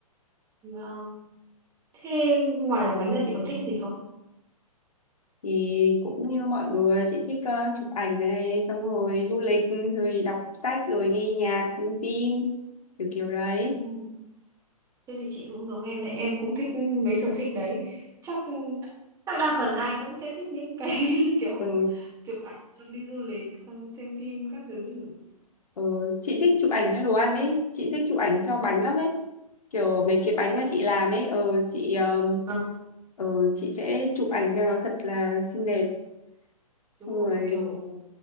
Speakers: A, on the right (about 15°); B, on the left (about 70°).
A: vâng thế ngoài làm bánh ra chị còn thích cái gì không
B: thì cũng như mọi người chị thích ờ, chụp ảnh này xong rồi du lịch rồi đọc sách rồi nghe nhạc xem phim kiểu kiểu đấy
A: Ừ. thế thì chị cũng giống em đấy em cũng thích mấy sở thích đấy chắc chắc đa phần ai cũng sẽ thích những cái <laughs> kiểu
B: ừ,
A: chụp ảnh xong đi du lịch xong xem phim các thứ nhỉ
B: ừ. chị thích chụp ảnh cho đồ ăn ấy chị thích chụp ảnh cho bánh lắm ấy kiểu mấy cái bánh
A: Thế-
B: mà chị làm ấy ừ, chị ờ,
A: Ờ,
B: ừ, chị sẽ chụp ảnh cho nó thật là xinh đẹp xong
A: đúng
B: rồi
A: rồi kiểu